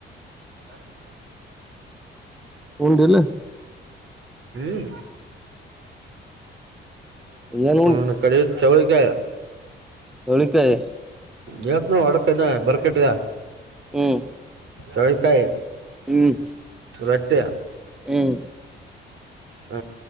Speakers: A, on the right; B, in the centre.
A: ಯಾವ ಿ
B: ಹುದೆಂಲ್ಲಾ
A: ಹ್ಮ್
B: ಏನ್ ಉಂಡ್
A: ಹ ಕಡಿ ಚವಳ ಕ
B: ಚೌಳಿಕಾಯಿ
A: ಯವಸ್ನ ಒಡಕಣ ಬರ್ಕಟ್ಗ
B: ಹ್ಮ್
A: ಚೌಳಿಕಾಯ
B: ಹ್ಮ್
A: ಬೆೆಟ್ಟ
B: ಹ್ಮ್
A: ಹ